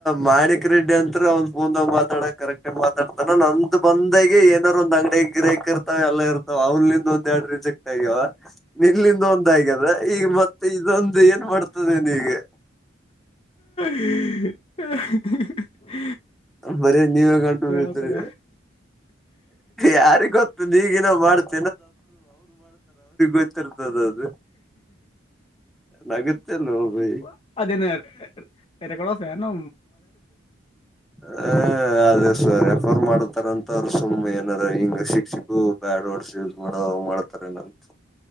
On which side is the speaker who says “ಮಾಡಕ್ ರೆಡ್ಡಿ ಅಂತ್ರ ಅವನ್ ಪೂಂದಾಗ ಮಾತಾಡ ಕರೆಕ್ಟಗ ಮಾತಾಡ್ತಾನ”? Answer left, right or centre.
Centre